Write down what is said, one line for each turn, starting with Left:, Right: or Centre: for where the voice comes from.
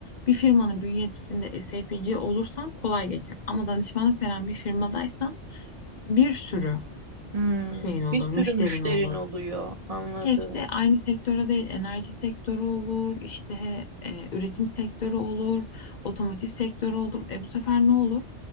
Left: bir firmanın bünyesinde SAPC olursan kolay geçer. Ama danışmanlık veren bir firmadaysan bir sürü
Right: Hmm,
Left: şeyin olur,
Right: bir sürü
Left: müşterin
Right: müşterin
Left: olur.
Right: oluyor, anladım.
Left: Hepsi aynı sektörde değil. Enerji sektörü olur, işte e, üretim sektörü olur, otomotiv sektörü olur. E bu sefer ne olur?